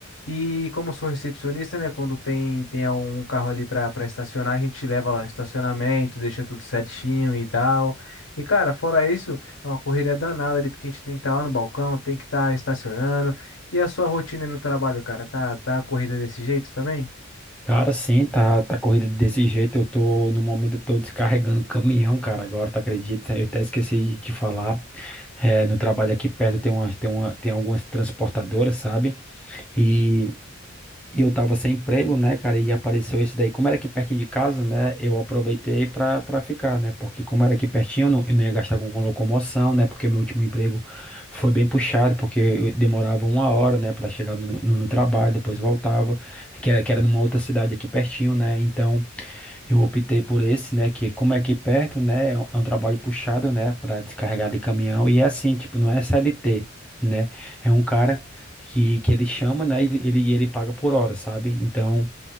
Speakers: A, on the left; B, in the centre.
A: E como eu sou recepcionista, né, quando tem tem um carro ali para para estacionar, a gente leva lá no estacionamento, deixa tudo certinho e tal. E cara, fora isso, é uma correria danada ali, porque a gente tem que estar lá no balcão, tem que estar estacionando. E a sua rotina aí no trabalho, cara, tá tá corrida desse jeito também?
B: Cara, sim, tá, tá corrida desse jeito. Eu tô, no momento, eu tô descarregando caminhão, cara, agora, tá acredita? Eu até esqueci de te falar. É, no trabalho aqui perto tem uma, tem uma, tem algumas transportadoras, sabe? E E eu tava sem emprego, né, cara? E apareceu esse daí. Como era aqui pertinho de casa, né? Eu aproveitei pra, pra ficar, né? Porque como era aqui pertinho, eu não, eu não ia gastar com, com locomoção, né? Porque meu último emprego foi bem puxado, porque eu demorava uma hora, né, pra chegar no, no, no trabalho, depois voltava, que era, que era numa outra cidade aqui pertinho, né? Então eu optei por esse, né? Que como é aqui perto, né? É um é um trabalho puxado, né? Pra descarregar de caminhão. E é assim, tipo, não é CLT. Né? É um cara que, que ele chama, né? Ele, ele, ele paga por hora, sabe? Então,